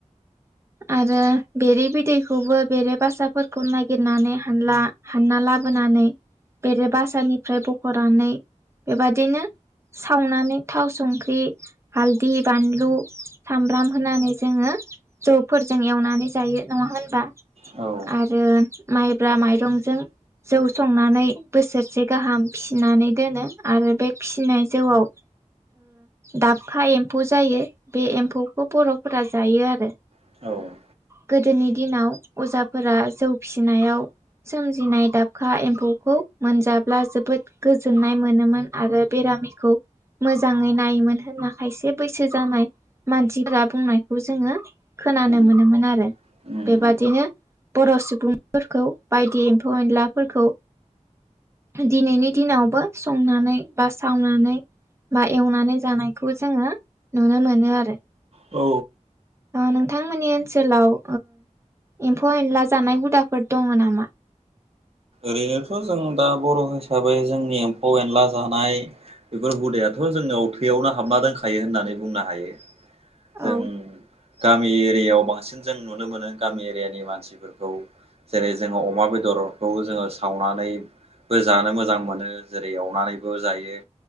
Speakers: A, on the right; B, on the right.
A: आरो बेरे बिदैखौबो बेरे बासाफोरखौ नागिरनानै हानला हानना लाबोनानै बेरे बासानिफ्राय बख'नानै बेबादिनो सावनानै थाव संख्रि हालदै बानलु सामब्राम होनानै जोङो जौफोरजों एवनानै जायो नङा होनबा
B: औ
A: आरो माइब्रा माइरंजों जौ संनानै बोसोरसे गाहाम फिसिनानै दोनो आरो बे फिसिनाय जौआव दाबखा एम्फौ जायो बे एम्फौखौ बर'फोरा जायो आरो
B: औ
A: गोदोनि दिनाव अजाफोरा जौ फिसिनायाव सोमजिनाय दाबखा एम्फौखौ मोनजाब्ला जोबोद गोजोननाय मोनोमोन आरो बेरामिखौ मोजाङै नायोमोन होनना खायसे बैसो जानाय मानसिफोरा बुंनायखौ जोङो खोनानो
B: उम
A: मोनोमोन आरो
B: उम
A: बेबादिनो
B: उम
A: बर' सुबुंफोरखौ बायदि एम्फौ एनलाफोरखौ दिनैनि दिनावबो संनानै बा सावनानै बा एवनानै जानायखौ जोङो नुनो मोनो आरो
B: औ
A: नोंथांमोननि ओनसोलाव एम्फौ एनला जानाय हुदाफोर दङ नामा
B: ओरैनोथ' जों दा बर' हिसाबै जोंनि एम्फौ एनला जानाय बेफोर हुदायाथ' जोंनाव थैयावनो हाबना दोनखायो होननानै बुंनो हायो
A: औ
B: जों गामि एरियायाव बांसिन जों नुनो मोनो गामि एरियानि मानसिफोरखौ जेरै जोङो अमा बेदरखौ जोङो सावनानै बो जानो मोजां मोनो जेरै एवनानैबो जायो